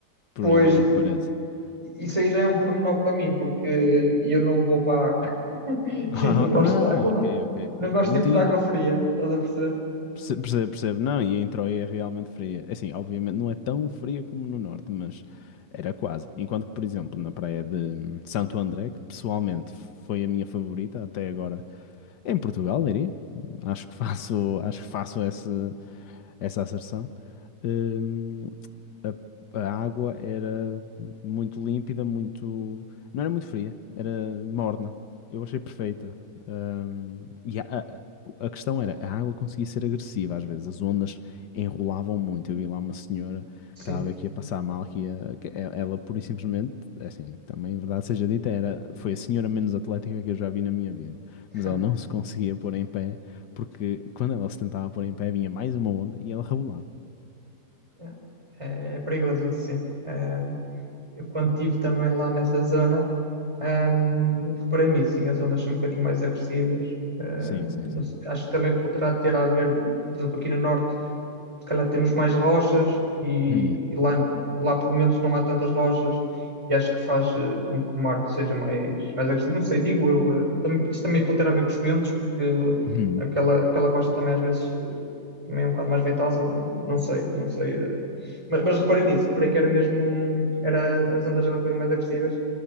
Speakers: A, on the left; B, on the right.
A: por
B: pois,
A: um incrível que pareça. <laughs>
B: Isso aí já é um pormenor para mim, porque eu não vou para a água. <laughs>
A: Ah,
B: Eu não gosto
A: ah,
B: de água.
A: ok, ok, ok.
B: Não gosto
A: Não
B: tipo
A: tinha.
B: de água fria, estás a perceber?
A: perce- Percebo, percebo. Não, e em Troia é realmente fria. É Assim, obviamente não é tão fria como no norte, mas era quase. Enquanto que, por exemplo, na praia de Santo André, que pessoalmente foi a minha favorita até agora em Portugal, diria. Acho que faço, acho que faço essa, essa asserção. Hum, a, a água era muito límpida, muito. Não era muito fria, era morna. Eu achei perfeita. Ahm, e a, a- a questão era, a água conseguia ser agressiva às vezes, as ondas enrolavam muito. Eu vi lá uma senhora
B: Sim.
A: que estava aqui a passar mal, que, ia, que e- ela pura e simplesmente, é assim, também, é verdade seja dita, era, foi a senhora menos atlética que eu já vi na minha vida.
B: <laughs>
A: Mas ela não se conseguia pôr em pé, porque quando ela se tentava pôr em pé, vinha mais uma onda e ela rebolava.
B: Yeah. É, é perigoso isso, sim. É, eu quando estive também lá nessa zona, hum, reparei nisso, sim, as ondas são um bocadinho mais agressivas. Hum,
A: Sim, sim, sim,
B: não sei, acho que também poderá ter a ver, por exemplo, aqui no norte. se calhar temos mais rochas e,
A: sim.
B: e lá, lá pelo menos não há tantas rochas e acho que faz eh, com que o Marte seja mais, mais agressivo. Não sei, digo eu, eh, também, isto também pode ter a ver com os ventos, porque
A: Uhum.
B: aquela, aquela costa também às vezes eh, também é um bocado mais ventosa, não, não sei, não sei. eh. Mas, mas reparei nisso, reparei que era mesmo, hum, era, as ondas eram um bocadinho mais agressivas